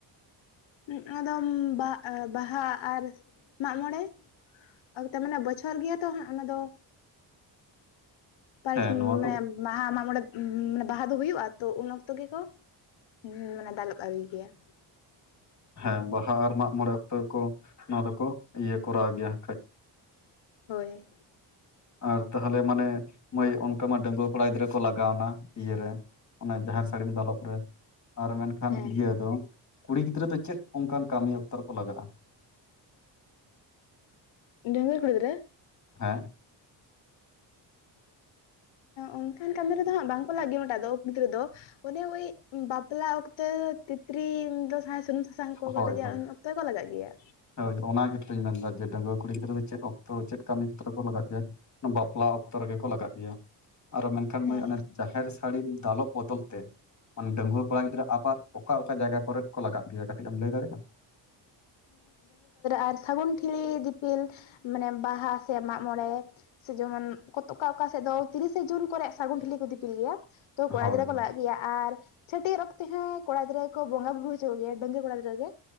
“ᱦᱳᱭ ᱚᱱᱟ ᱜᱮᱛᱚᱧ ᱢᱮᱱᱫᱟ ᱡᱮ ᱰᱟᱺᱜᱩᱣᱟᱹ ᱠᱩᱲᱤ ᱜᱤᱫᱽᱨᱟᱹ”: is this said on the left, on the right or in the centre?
Left